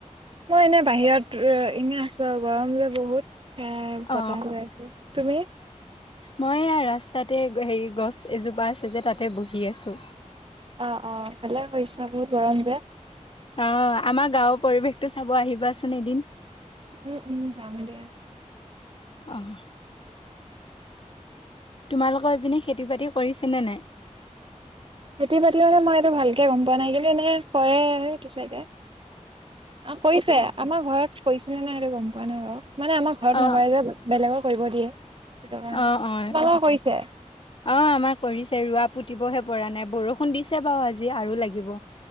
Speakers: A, on the right; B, on the left.
A: মই এনে বাহিৰত ইনে আছো আৰু গৰম যে বহুত এ
B: অ
A: বতাহ বৈ আছে। তুমি?
B: মই ৰাস্তাতে হে গছ এজোপা আছে যে তাতে বহি আছো।
A: আহ অ ভালে কৰিছা বহুত গৰম যে।
B: অ, আমাৰ গাঁৱৰ পৰিৱেশটো চাব আহিবাচোন এদিন।
A: উম উম যাম দিয়া।
B: আহঁ। তোমালোকৰ এইপিনে খেতি বাতি কৰিছেনে নাই?
A: খেতি বাতি মানে মই এইটো ভালকে গম পোৱা নাই কিন্তু এনে কৰে সেইটো চাইডে। অ কৰিছে। আমাৰ ঘৰত কৰিছে নাই সেইটো গম পোৱা নাই বাৰু। মানে আমাৰ ঘৰত
B: অ
A: নকৰে যে বেলেগৰ কৰিব দিয়ে। সেইটো কাৰণে
B: অ অ
A: তোমালোকৰ কৰিছে
B: অ আমাৰ কৰিছে ৰোৱা পু। পুতিবহে পৰা নাই বৰষুণ দিছে বাৰু আজি আৰু লাগিব।